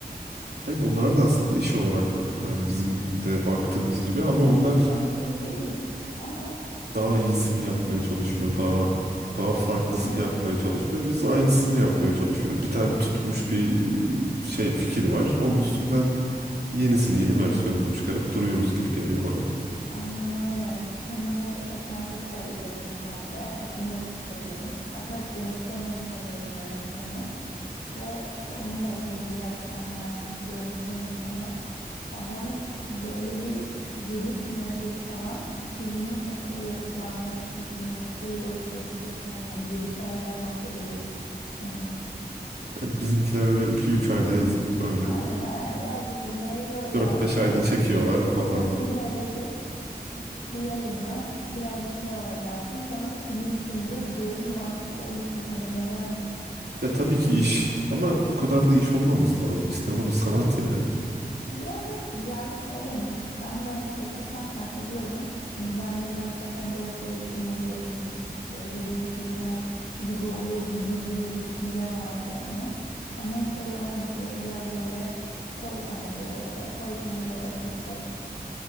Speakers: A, on the right (about 80°); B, on the left (about 80°).
A: Evet onlar da aslında iş olarak bakıyor. Yani bizim de baktığımız gibi ama
B: E tabii
A: onlar
B: ki sonuçta bu bir iş. Ama
A: daha iyisini yapmaya çalışıyor. Daha daha farklısını
B: emek
A: yapmaya
B: işte.
A: çalışıyor. Biz aynısını yapmaya çalışıyoruz. Bir tane tutmuş bir e, şey fikir var. Onun üstünden yenisini, yeni versiyonunu çıkarıp duruyoruz gibi geliyor bana.
B: Aynen öyle. Titanic'i geçen tekrar izledim ben de. O filmi de çok seviyorum. Aslında James Cameron'ı seviyorum yönetmeni. Ve işte onun da izledim biraz sahne arkası görüntülerini falan. Adam böyle bir 7 senedir falan bu filmi nasıl yapacağını düşünüyor, kuruyor, çalışıyor falan. Yani 7 seneden bahsediyoruz. Hani
A: Bizimkiler öyle iki üç ayda yazıp öyle
B: aynen "Aa, yazdık bir şey yolla
A: dört beş
B: tamam
A: ayda çekiyorlar falan.
B: Dört 5 ayda çek, yayınla, birazcık sinemada kalsın, sonra silinsin. Biraz böyle bir mantık oluşmuş. Hani neden?
A: Ya tabii ki iş ama bu kadar da iş olmaması lazım. Sinema bir sanat yani.
B: Ya Biraz böyle ticari şeye dönüşmüş. Ben de hani çalışırken fark ediyorum. Hani ben de başlarken biraz şey ümidiyle girdim. İşte o izlediğim filmler gibi olur gibi bir düşüncem vardı hani. Ama hiç öyle olmadı. Biraz böyle koy kamerayı oraya, koy kamerayı oraya, çek.